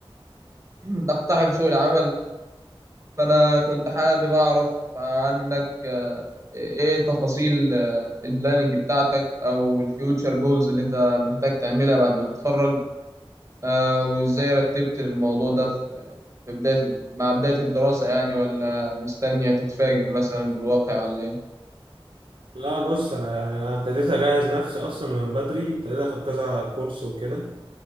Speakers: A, on the right; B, on the right.
A: ونقتحم <clears throat> سوق العمل فأنا كنت حابب أعرف عنك آه، إيه تفاصيل آه، البلاننج بتاعتك أو الفيوتشر جولز اللي أنت محتاج تعملها بعد ما تتخرج آه، وإزاي رتبت الموضوع ده في في بداية مع بداية الدراسة يعني ولا مستنية تتفاجئ مثلا بالواقع ولا إيه؟
B: لا بص انا يعني انا ابتديت اجهز نفسي اصلا من بدري ابتديت اخد كذا كورس وكده